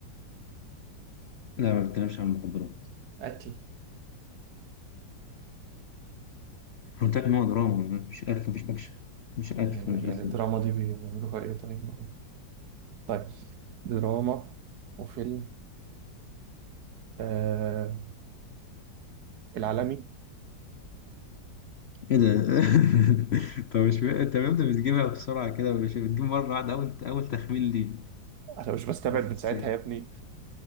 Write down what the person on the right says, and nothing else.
قتل
يعني
يعني الدراما دي بيعملوا فيها إيه طيب؟ طيب دراما وفيلم آه... العالمي
أنا مش بستبعد
من ساعتها يا ابني